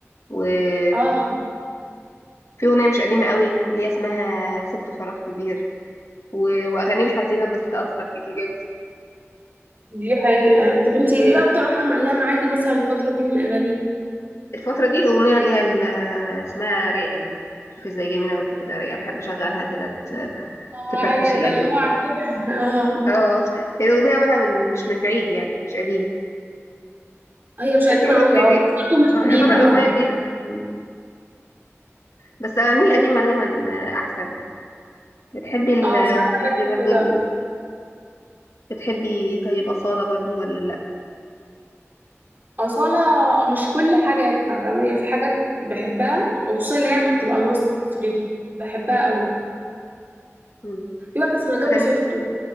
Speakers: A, on the left; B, on the right.
A: وفي
B: اه
A: اغنيه مش قديمه قوي اللي هي اسمها سبت فراغ كبير و... واغاني الحزينه بس تاثر فيكي جامد
B: دي حقيقة طب انتي ايه اكتر واحدة معلقة معاكي مثلا الفترة دي من اغانيه
A: الفترة دي الأغنية اللي هي ال- اسمها رايقة دي شوف ازاي جميلة وانت كده رايقة بحب أشغلها كده ت-
B: اه
A: تفرفش
B: هي
A: الأجواء
B: دلوعة كده <laughs> اه
A: اه هي الأغنية عملها من مش من بعيد يعني مش قديم
B: هي مش قديمة
A: يعتبر أغنية
B: اوي اه بس
A: جديدة
B: برضه مش
A: اه
B: جديدة
A: يعتبر أغنية
B: اه
A: جديدة مم. بس الأغاني القديمة
B: طيب
A: دايما آه، أحسن بتحبي ال...
B: اه
A: انت
B: اصل انا
A: بتحبي
B: بحب
A: برضو
B: كده
A: ال... بتحبي طيب أصالة برضو ولا لأ
B: اصاله مش كل حاجاتها فاهمه يعني في حاجات بحبها وخصوصا اللي هي بتبقى مصري دي بحبها قوي
A: مم.
B: في واحده اسمها جابوا
A: أغاني
B: سيرته